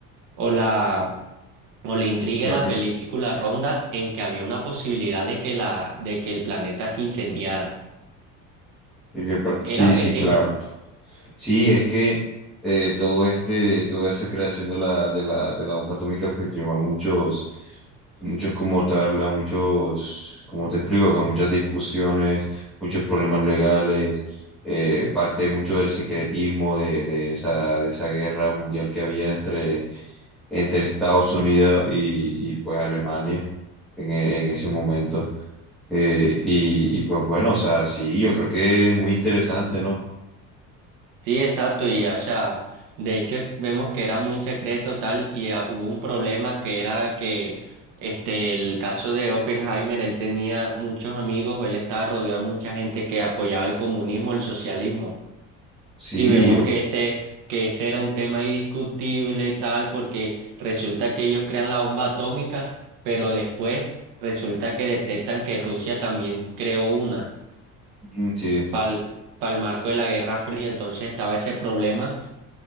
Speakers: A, on the right; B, in the centre.
A: o la, o la intriga
B: O sea
A: de la
B: que-
A: película ronda en que había una posibilidad de que la, de que el planeta se incendiara,
B: Y que- pero- Sí,
A: era
B: sí,
A: pequeña.
B: claro. Sí, es que eh, todo este, toda esa creación de la, de la, de la bomba atómica pues llevó a muchos, muchos como tal, a muchos, como te explico, que muchas discusiones, muchos problemas legales, eh, parte mucho del secretismo de, de esa, de esa guerra mundial que había entre, entre Estados Unidos y, y, pues Alemania en, e- en ese momento. Eh, y, y pues bueno, o sea, sí, yo creo que es muy interesante, ¿no?
A: Sí, exacto, y o sea, de hecho es- vemos que era muy secreto tal y ah, hubo un problema que era que este el caso de Oppenheimer, él tenía muchos amigos, él estaba rodeado de mucha gente que apoyaba el comunismo, el socialismo
B: Sí,
A: y vemos
B: yo
A: que ese que ese era un tema indiscutible tal porque resulta que ellos crean la bomba atómica, pero después resulta que detectan que Rusia también creó una
B: Mm, Sí,
A: pal- para el marco de la Guerra Fría, entonces estaba ese problema